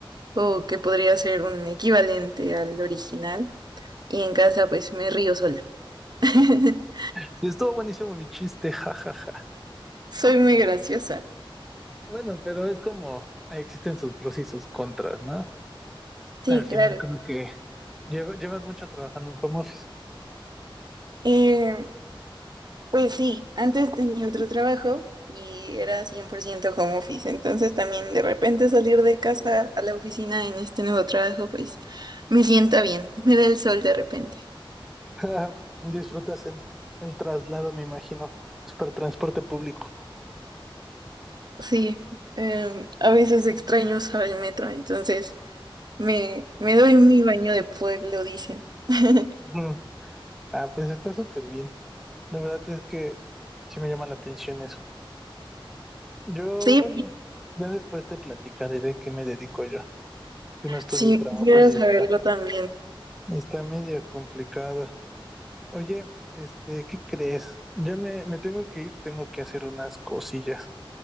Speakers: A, on the right; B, in the centre.
A: o que podría ser un equivalente al original. Y en casa pues me río sola. <laughs>
B: Sí, estuvo buenísimo mi chiste, jajaja.
A: Soy muy graciosa.
B: Bueno, pero es como ahí existen sus pros y sus contras, ¿no?
A: Sí,
B: Al final
A: claro.
B: creo que lleva- llevas mucho trabajando en home office.
A: Eh, pues sí, antes tenía otro trabajo y era 100% home office. Entonces también de repente salir de casa a la oficina en este nuevo trabajo pues me sienta bien, me da el sol de repente.
B: <laughs> Disfrutas el, el traslado, me imagino, para transporte público.
A: Sí, em, a veces extraño usar el metro, entonces me, me doy mi baño de pueblo, dicen. <laughs>
B: Ujú. Ah, pues está súper bien. La verdad es que sí me llama la atención eso. Yo,
A: Sí,
B: bueno, ya después te platicaré de qué me dedico yo, porque no estudio
A: Sí,
B: y trabaja
A: quiero
B: y
A: saberlo
B: está,
A: también.
B: está medio complicado. Oye, este, ¿qué crees? Ya me, me tengo que ir, tengo que hacer unas cosillas.